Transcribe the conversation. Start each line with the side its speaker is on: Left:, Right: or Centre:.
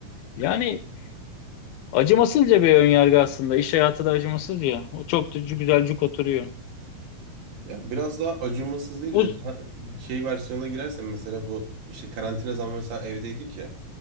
Left: Yani acımasızca bir önyargı aslında. İş hayatı da acımasız ya. O çok da güzelcük oturuyor.
Right: Ya biraz daha acımasız değil
Left: Uz
Right: de daha şey versiyona girersen mesela bu işte karantina zamanı mesela evdeydik ya.